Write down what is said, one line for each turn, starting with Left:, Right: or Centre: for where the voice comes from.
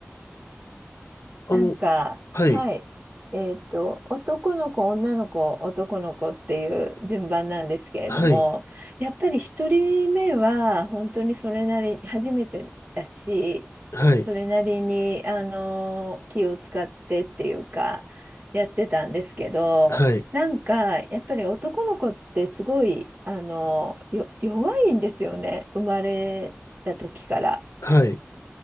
Left: あの、
Right: なんか、
Left: はい、
Right: はい。えっと、男の子、女の子、男の子っていう順番なんですけれども、
Left: はい、
Right: やっぱり一人目は本当にそれなり、初めてだし、
Left: はい、
Right: それなりに、あの、気を使ってっていうか、やってたんですけど、
Left: はい、
Right: なんか、やっぱり男の子ってすごい、あの、よ、弱いんですよね、生まれた時から。
Left: はい、